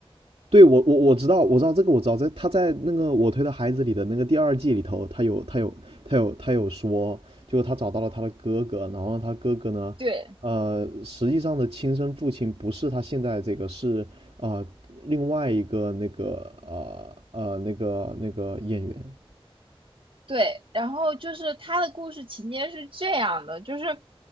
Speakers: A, on the right; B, on the right.
A: 对我我我知道我知道这个我知道在他在那个我推的孩子里的那个第二季里头，他有他有他有他有说，就他找到了他的哥哥，然后他哥哥呢，
B: 对。
A: 呃，实际上的亲生父亲不是他现在这个是啊、呃另外一个那个呃呃那个那个演员，
B: 对，然后就是他的故事情节是这样的，就是，